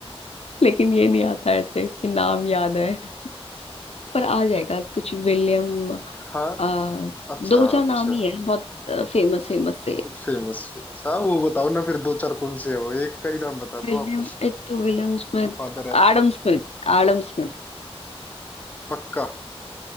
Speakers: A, on the left; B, on the left.
A: लेकिन ये नहीं आता ऐसे कि नाम याद है पर आ जाएगा कुछ विलियम
B: हाँ
A: आ,
B: अच्छा
A: दो चार
B: अच्छा
A: नाम ही है बहुत फेमस फेमस से
B: फेमस फेमस हाँ वो बताओ ना फिर दो चार कौन से है वो एक का ही नाम बता
A: विलियम
B: दो आप
A: एक तो William Smith
B: जो फादर है
A: Adam Smith Adam Smith
B: पक्का